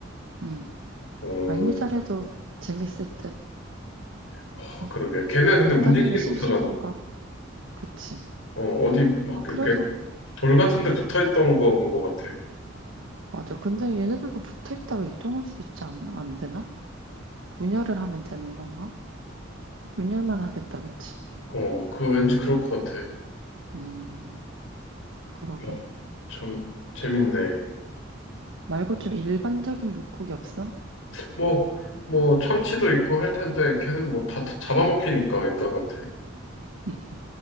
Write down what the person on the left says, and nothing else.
어,
아,
그러게. 걔네 근데
움직이지
못하잖아.
어, 어디 막
이렇게 돌 같은
데 붙어 있던 거 본 것 같아.
어, 그거 왠지 그럴 것 같아.
야, 참, 재밌네.
뭐, 뭐,
참치도 있고 할 텐데, 걔는 뭐 다 잡아먹히니까,
인간한테.